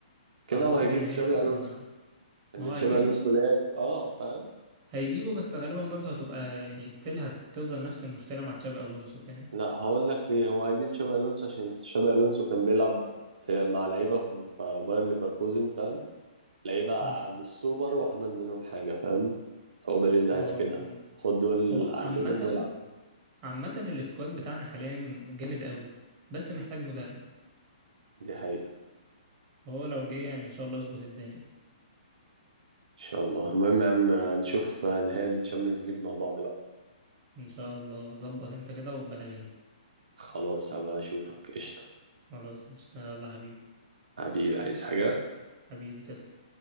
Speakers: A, on the right (about 35°); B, on the right (about 70°).
A: فأعتقد
B: كده هو هيجيب
A: إن هي
B: تشابي
A: هتبقى
B: ألونسو
A: مع
B: إن
A: ما هو
B: تشابي
A: هيجيب
B: ألونسو
A: تشابي
B: لعب أه فاهم
A: هيجيبه بس غالبا برضه هتبقى يعني ستيل هتفضل نفس المشكلة مع تشابي ألونسو فاهم
B: لا هقول لك ليه هو هيجيب شابي الونسو عشان شابي الونسو كان بيلعب في مع لعيبه في في باير ليفركوزن فاهم لعيبه
A: امم
B: مش سوبر وعمل منهم حاجه فاهم فهو بيريز عايز
A: اه
B: كده
A: فهمت
B: خد دول
A: هو
B: علمهم
A: عامة
B: والعب
A: عامة السكواد بتاعنا حاليا جامد قوي بس محتاج مدرب
B: دي حقيقه
A: هو لو جه يعني إن شاء الله اظبط الدنيا
B: ان شاء الله المهم يا عم نشوف نهائي الشامبيونز ليج مع بعض بقى
A: إن شاء الله ظبط أنت كده وبلغيني
B: خلاص هبقى اشوفك قشطه
A: خلاص اشتغل يلا حبيبي
B: حبيبي عايز حاجه
A: حبيبي تسلم